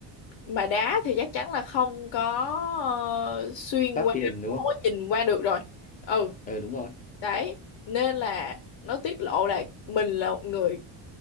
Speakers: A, on the left (about 65°); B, on the left (about 20°).
A: mà đá thì chắc chắn là không có ờ, xuyên
B: đắt
A: qua,
B: tiền đúng
A: không
B: không
A: có nhìn qua được rồi. Ừ,
B: ừ đúng rồi
A: Đấy, nên là nó tiết lộ là mình là một người